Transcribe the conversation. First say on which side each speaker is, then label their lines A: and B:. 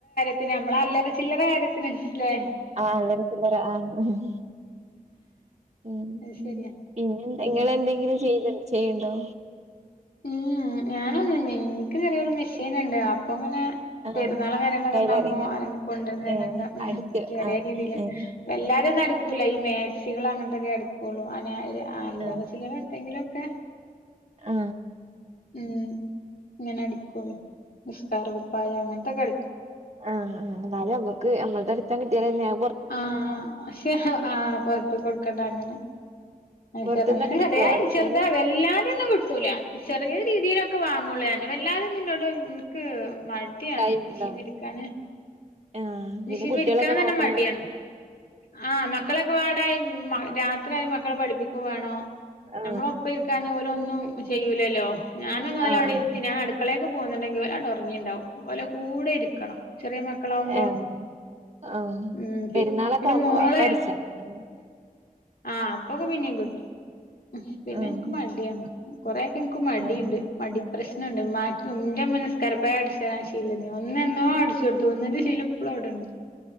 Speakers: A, on the left (about 85°); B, on the right (about 50°).
A: ചില്ലറ കാര്യത്തിന് ല്ലേ
B: ആ എല്ലരക്ക ആ <unintelligible> ഉം
A: അത് ശരിയാ
B: പിന്നെ
A: ഉം
B: നിങ്ങ എന്തെങ്കിലും ചെയ് ചെയ്യണ്ടോ?
A: ഉംഉ ഞാനൊന്നും എനിക്ക് ചെറിയൊരു മെഷീൻ ഉണ്ട് അപ്പൊ ങ്ങനെ
B: ആ
A: പെരുന്നാളും കാര്യങ്ങളൊക്കെ
B: ടൈലറിങ്
A: ഉണ്ടാകുമ്പോ അ കൊണ്ടുവൊക്കെ
B: ഏ
A: ഉം
B: അടിച്ച്
A: ചെറിയ
B: ആ
A: രീതിൽ
B: ഏ
A: വല്ലാ അത് നടക്കൂലെ ഇ മേക്സി സികൾ അങ്ങനത്തെക്കെ എടുക്കൊള്ളൂ. അന അല്ലറചില്ലറ
B: ആ
A: എന്തെലൊക്കെ
B: ആ
A: ഉം ഇങ്ങനെ അടിക്കുള്ളു. നിസ്കാര കുപ്പായ അങ്ങനത്തെക്കെ അടിക്കും.
B: ആആ എന്നാലും നമ്മക്ക് നമ്മളുടെ അടുത്ത കിട്ടിയാലെന്നെയ
A: ആഹ് പക്ഷേ ആഹ് പുറത്ത് കൊടുക്കണ്ട അങ്ങനെ. അഹ്
B: പൊറത്ത്ന്നൊക്കെ
A: ച്ചാൽ അങ്ങനെ
B: എടുക്കോ
A: ചെറി
B: അടിച്ചാന്
A: ചെറുതാ വല്ലാതെ ഒന്നും കിട്ടൂല. ചെറിയ രീതിയിലൊക്കെ വാങ്ങുള്ളു ഞാൻ. വല്ലാതെന്നും ഇന്നോട് ഇക്ക് മടിയാണ്.
B: ടൈമ്ണ്ടോ
A: മെഷീൻമെ ഇരിക്കാന്
B: ആ പിന്നെ
A: മെഷീൻമെ
B: കുട്ടികളൊക്കെ
A: ഇരിക്കാൻ തന്നെ
B: നോക്കാൻ
A: മടിയാണ്. ആ മക്കളൊക്കെ വാ <inaudible> രാത്രിയായ മക്കളെ പഠിപ്പിക്കും വേണോ.
B: ആ
A: നമ്മള് ഒപ്പം ഇരിക്കാന് ഓല് ഒന്നും ചെയ്യൂലല്ലോ. ഞാനൊന്ന് ഓലെ
B: ആ ആ
A: അവിടെ ഇര്ത്തി ഞാൻ അടുക്കളേക്ക് പോന്നുണ്ടെങ്കിൽ ഓല് അവിടെ ഉറങ്ങിണ്ടാവും ഓല് കൂടെ ഇരിക്കണം ചെറിയ മക്കളാവുമ്പോ.
B: ആ ആ ആഹ്
A: ഉം പി
B: പെരുന്നാളൊക്കെ
A: പിന്നെ
B: ആവുമ്പോ
A: മോളെ
B: അപ്പ അടിച്ചാ മതി.
A: ആ അപ്പൊക്കെ പിന്നേം കിട്ടും ഉം പിന്നെ
B: ആഹ്
A: എനിക്ക് മടിയാണ് കൊറെ എനിക്ക് മടിണ്ട്.
B: ആഹ്
A: മടി പ്രശ്നണ്ട്. മ്മാക്ക് ന്റെ മ്മന്നെ ക്കര കുപ്പായം അടിച്ചന് ശീലന്ന് ഒന്ന് എന്നോ അടിച്ചു കൊടുത്തു ഒന്നിന്റെ ശീല ഇപ്പോളും അവിടെണ്ട്.